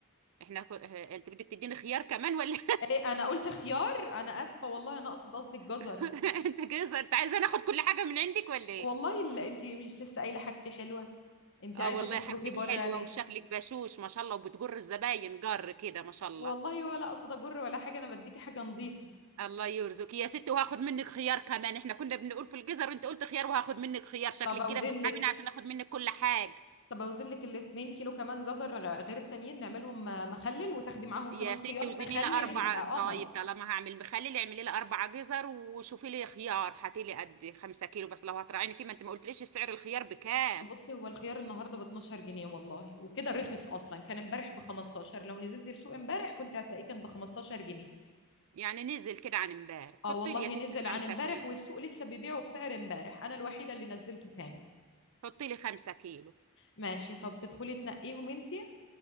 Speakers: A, on the right; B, on the left.
A: احنا ك... ه- انت بدك تديني خيار كمان ولا
B: إيه أنا قلت خيار أنا آسفة والله أنا أقصد قصدي الجزر
A: <laughs> انت كده صار- انت عايزه ناخد كل حاجه من عندك ولا ايه
B: والله اللي أنت مش لسه قايلة حاجتي حلوة أنت
A: اه
B: عايزة
A: والله
B: تخرجي
A: حاجتك
B: بره
A: حلوه
B: ليه
A: وشكلك بشوش ما شاء الله وبتجر الزباين جر كده ما شاء الله
B: والله ولا أقصد أجر ولا حاجة أنا بديكي حاجة نظيفة
A: الله يرزقك يا ستي وهاخد منك خيار كمان احنا كنا بنقول في الجزر وانت قلت خيار وهاخد منك خيار شكلك
B: طب أوزن
A: كده بتسحبيني
B: لك
A: عشان اخد منك كل حاجة
B: طب أوزن لك الاتنين كيلو كمان جزر غ- غير التانيين نعملهم مخلل وتاخدي معاهم
A: يا
B: كمان
A: ستي
B: خيار
A: وزنيلة
B: مخلل
A: أربعة
B: يبقى قمر
A: طيب طالما هعمل مخلل اعملي لي أربعة جزر وشوفي لي خيار هاتي لي قد خمسة كيلو بس لو هتراعيني فيه ما انت ما قلتليش سعر الخيار بكام
B: بصي هو الخيار النهارده ب 12 جنيه والله وكده رخص اصلا كان امبارح ب 15 لو نزلت السوق امبارح كنت هتلاقيه كان ب 15 جنيه
A: يعني نزل كده عن امبارح
B: اه
A: حطي
B: والله
A: لي يا ستي
B: نزل عن
A: خمسة
B: امبارح
A: كيلو
B: والسوق لسه بيبيعه بسعر امبارح انا الوحيده اللي نزلته تاني
A: حطي لي خمسة كيلو
B: ماشي طب تدخلي تنقيهم انتي